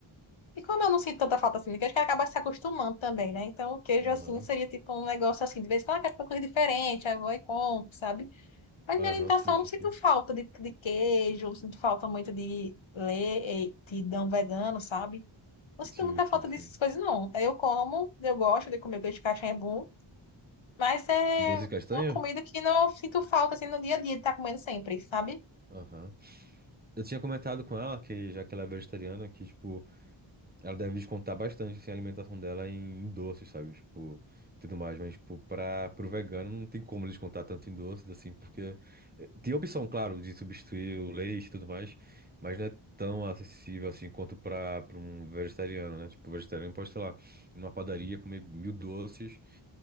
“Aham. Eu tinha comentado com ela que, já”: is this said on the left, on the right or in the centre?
Right